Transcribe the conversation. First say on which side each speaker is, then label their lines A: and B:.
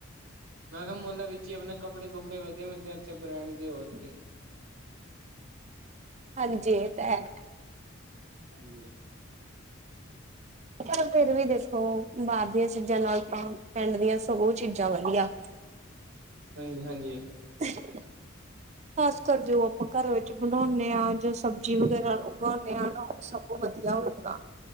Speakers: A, on the right; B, on the right.
A: ਮੈਂ ਕਿਹਾ ਮੋਲਾ ਵਿੱਚ ਹੀ ਆਪਣੇ ਕੱਪੜੇ- ਕੁੱਪੜੇ ਵਧੀਆ ਮਿਲਦੇ ਆ ਅੱਛੇ ਬਰਾਂਡ ਦੇ ਹੋਰ ਕੀ।
B: ਹਾਂਜੀ ਐ ਤਾਂ ਹੈ,
A: ਹਾਂਜੀ।
B: ਪਰ ਫੇਰ ਵੀ ਦੇਖੋ। ਬਾਹਰ ਦੀਆਂ ਚੀਜ਼ਾਂ ਨਾਲ ਤਾਂ ਪਿੰਡ ਦੀਆਂ ਸਗੋਂ ਚੀਜ਼ਾਂ ਵਧੀਆ।
A: ਹਾਂਜੀ- ਹਾਂਜੀ।
B: <inaudible> ਖਾਸ ਕਰ ਜੋ ਆਪਾਂ ਘਰ ਵਿੱਚ ਬਣਾਉਂਣੇ ਆ, ਜੋ ਸਬਜ਼ੀ ਵਗੈਰਾ ਉਗਾਉਂਦੇ ਆ ਨਾ ਉਹ ਸ ਉਹ ਵਧੀਆ ਹੋਰ ਸੁਣਾ,